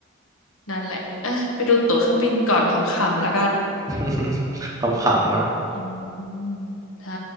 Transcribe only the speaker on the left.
นั่นแหละอ่ะไปดูตั๋วเครื่องบินก่อนขำๆแล้วกัน
อืมใช่